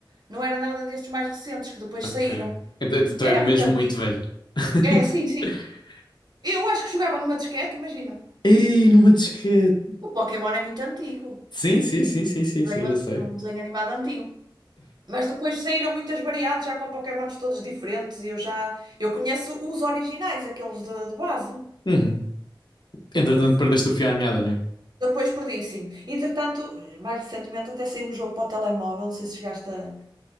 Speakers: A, on the right (about 55°); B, on the left (about 60°).
A: não era nada destes mais recentes que depois
B: Ok.
A: saíram.
B: Então então
A: Era
B: é mesmo
A: muito antigo.
B: muito velho. <laughs>
A: É, sim, sim. Eu acho que jogava numa disquete, imagina.
B: Ei, numa disquete.
A: O Pokémon é muito antigo.
B: Sim,
A: Já
B: sim,
A: é
B: sim,
A: um
B: sim, sim,
A: desenho,
B: sim, eu
A: an-
B: sei.
A: um desenho animado antigo. Mas depois saíram muitas variantes, já com Pokémons todos diferentes. e Eu já eu conheço os originais, aqueles de, de base.
B: Uhum. Entretanto,
A: Eu fu-
B: perdeste o fio à meada, né?
A: Depois perdi, sim. Entretanto, mais recentemente até saiu um jogo para o telemóvel, não sei se chegaste a.